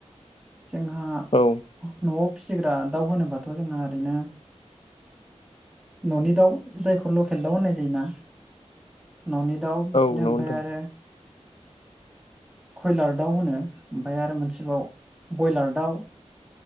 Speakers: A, in the centre; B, on the left.
A: जोंहा
B: औ
A: न'आव फिसिग्रा दाउ होनोबाथ' जोंहा ओरैनो न'नि दाउ जायखौ लकेल दाउ होननाय जायोना न'नि दाउ बिदिनो
B: नंगौ नोंथां
A: ओमफ्राय आरो। कयलार दाउ होनो ओमफ्राय आरो मोनसेबाव ब्रयलार दाउ